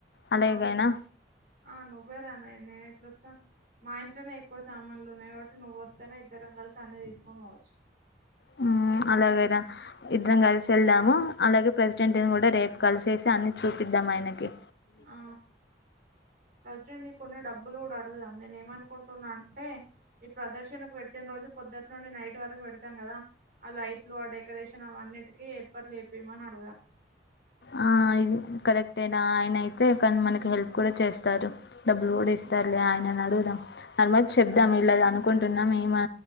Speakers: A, on the left; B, on the right.
A: అలాగేనా
B: అవును ఆ నువ్వేరా న్నా నేను ఎట్లొస్తా మా ఇంట్లోనే ఎక్కువ సామాన్లు ఉన్నాయి కాబట్టి నువ్వు వస్తేనే ఇద్దరం కలిసి అన్నీ తీసుకని పోవచ్చు
A: హ్మ్ అలాగేరా ఇద్దరం కలిసి వెళ్దాము అలాగే ప్రెసిడెంట్ని కూడా రేపు కలిసేసి అన్ని చూపిద్ ద్దా మాయనకి
B: ఆ ప్రెసిడెంట్ ని కొన్ని డబ్బులు కూడా అడు గుదాం నేను ఏమనుకుంటున్నా అంటే ఈ ప్రదర్శనకు పెట్టిన రోజు పొద్దుట్ నుండి నైట్ వరకు పెడతాం కదా కదా ఆ లైట్లు ఆ డెకొరేషన్ అవన్నిటికీ ఏర్పాట్లు ఏపీయమని అడుగుదాం
A: ఆ ఇది కరెక్ట్నా ఆయన అయితే కానీ మనకి హెల్ప్ కూడా చేస్తారు డబ్బులు కూడా ఇస్త స్తారులే ఆయనని అడుగుదాం దానిమీద చెప్దాం ఇలాగ అనుకుంటున్నాం ఏమ